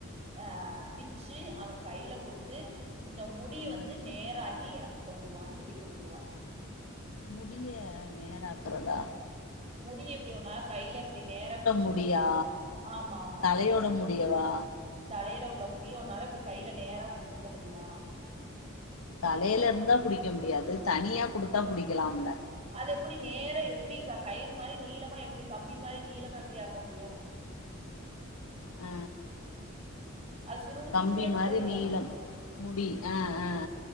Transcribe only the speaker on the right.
ஆ பிச்சி அவே கைல குடுத்து இந்த முடிய
வந்து நேராக் கி எனக் கொண்டுவா சொல்லி குடுத்துருவா
முடி எப்டி உன்னா கைலப்டி நேரா புடிச்சிருக்க
முடியுமா ஆமா ஆமா
ஆமா
தலையில உள்ள முடிய உன்னால இப்பிடி கைல நேரா புடிச்சிருக்க முடியுமா
அது எப்பிடி நேரா எப்படி க கயிறு மாரி நீளமா எப்படி கம்பி மாரி நீளமா எப்பிடி ஆக்க முடியு
அது சுருண்டு
சுருண்டு தான
போகு